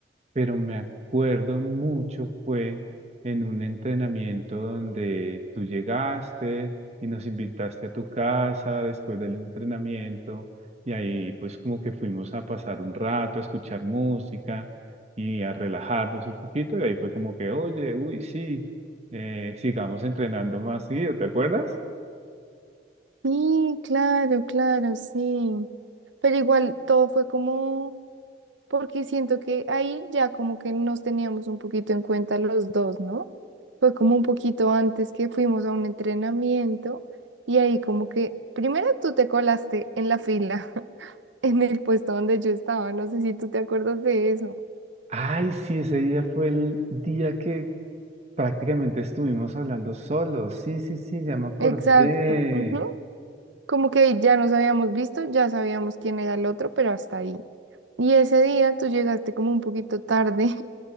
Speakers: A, on the right; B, on the right.
A: pero me acuerdo mucho fue en un entrenamiento donde tú llegaste y nos invitaste a tu casa después del entrenamiento y ahí pues como que fuimos a pasar un rato, a escuchar música y a relajarnos un poquito y ahí fue como que, oye, uy, sí, eh, sigamos entrenando más seguido, ¿te acuerdas?
B: Sí, claro, claro, sí. Pero igual todo fue como, porque siento que ahí ya como que nos teníamos un poquito en cuenta los dos, ¿no? Fue como un poquito antes que fuimos a un entrenamiento y ahí como que, primero tú te colaste en la fila. <laughs> en el puesto donde yo estaba. No sé si tú te acuerdas de eso.
A: Ay, sí, ese día fue el día que prácticamente estuvimos hablando solos. Sí, sí, sí, ya me acordé.
B: Exacto. ujú. Como que ya nos habíamos visto, ya sabíamos quién era el otro, pero hasta ahí. Y ese día tú llegaste como un poquito tarde